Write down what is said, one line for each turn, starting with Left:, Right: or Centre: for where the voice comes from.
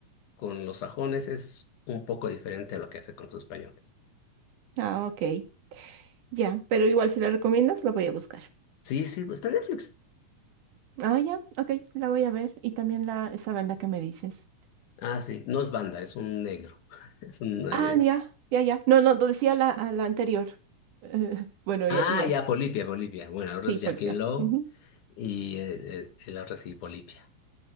Left: con los sajones es un poco diferente a lo que hace con los españoles.
Right: Ah, ok. Ya, pero igual si la recomiendas, la voy a buscar.
Left: Sí, sí, pues está en Netflix.
Right: Ah, ya, ok, la voy a ver. Y también la, esa banda que me dices.
Left: Ah, sí, no es banda, es un negro. <laughs> Es un...
Right: Ah,
Left: es-
Right: ya, ya, ya. No, no, decía la, a la anterior. Eh, <laughs> bueno,
Left: Ah,
Right: ya, igual.
Left: ya, Polipia, Polipia. Bueno, ahora
Right: Sí,
Left: es
Right: Polpia.
Left: Jacqueline Lowe
Right: Ujú.
Left: y eh, eh, la otra sí, Polipia.